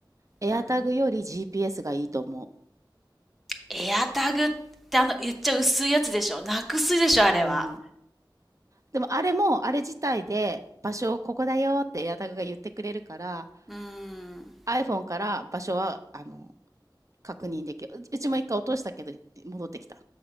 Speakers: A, on the right; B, in the centre.
A: AirTag
B: うん。
A: より GPS がいいと思
B: エアタグってあの、言っちゃ薄いやつでしょ。なくすでしょ、あれは。
A: ううんでもあれも、あれ自体で場所をここだよってエアタグが言ってくれるから、
B: うーん。
A: iPhone から場所は、あの、確認できる。うちも一回落としたけど、戻ってきた。